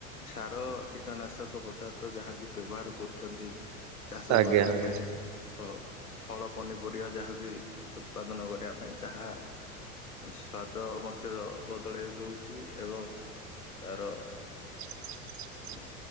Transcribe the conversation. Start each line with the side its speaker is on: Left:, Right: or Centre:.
Left: ସାର କୀଟନାଶକ ପଦାର୍ଥ ଯାହାବି ବ୍ୟବହାର କରୁଛନ୍ତି। ଚାଷ
Right: ଆଜ୍ଞା
Left: କରିବା
Right: ଆଜ୍ଞା
Left: ପାଇଁ ଅ ଫଳ ପନିପରିବା ଯାହାବି ଉତ୍ପାଦନ କରିବା ପାଇଁ ତାହା ସ ପାଦ ମଧ୍ୟ ବଦଳେଇ ଦଉଛି ଏବଂ ତାର
Right: <inaudible>
Left: ଉଁ